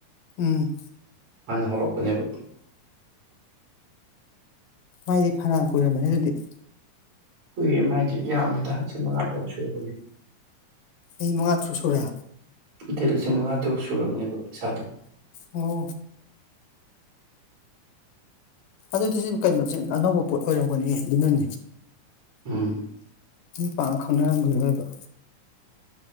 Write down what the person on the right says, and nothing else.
ꯃꯅꯥ ꯍꯧꯔꯛꯄꯅꯦꯕ
ꯀꯨꯏꯔꯦ ꯃꯥꯏꯗꯤ ꯌꯥꯝꯃꯤꯗ ꯂꯤꯁꯤꯡ ꯃꯉꯥ ꯇꯔꯨꯛ ꯁꯨꯕꯅꯤ
ꯅꯥꯇꯦ ꯂꯤꯁꯤꯡ ꯃꯉꯥ ꯇꯔꯨꯛ ꯁꯨꯔꯕꯅꯦ ꯄꯩꯁꯥ
ꯎꯝ